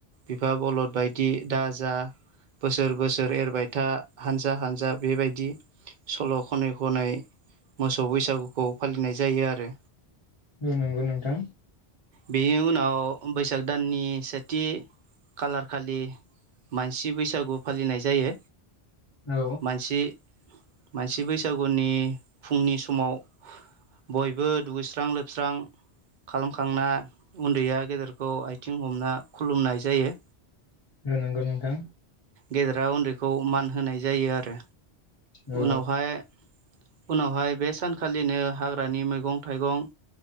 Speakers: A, on the right; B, on the left.
A: बिफा बलद बायदि दा जा बोसोर बोसोर एरबायथा हानजा हानजा बेबायदि। सल' खनै खनै मोसौ बैसागुखौ फालिनाय जायो आरो
B: औ नंगौ नोंथां।
A: बेनि उनाव बैसाग दाननि सेथि खालार खालि मानसि बैसागु फालिनाय जायो।
B: औ
A: मानसि मानसि बैसागुनि फुंनि समाव बयबो दुगैस्रां लोबस्रां खालामखांना उन्दैया गेदेरखौ आथिं हमना खुलुमनाय जायो।
B: औ नंगौ नोंथां।
A: गेदेरा उन्दैखौ मान होनाय जायो आरो
B: औ
A: उनावहाय उनावहाय बे सानखालिनो हाग्रानि मैगं थाइगं